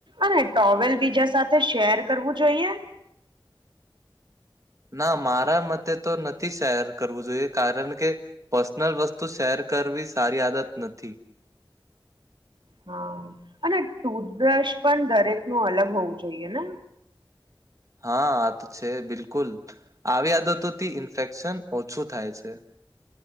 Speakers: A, on the right (about 65°); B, on the right (about 40°).
A: અને ટોવેલ બીજા સાથે શેર કરવું જોઈએ
B: ના મારા મતે તો નથી શહેર કરવું જોઈએ કારણ કે પર્સનલ વસ્તુ શેર કરવી સારી આદત નથી.
A: હા અને ટુથબ્રશ પણ દરેક નું અલગ હોવું જોઈએ ને?
B: હા આ તો છે, બિલકુલ આવી આદતોથી ઇન્ફેક્શન ઓછું થાય છે.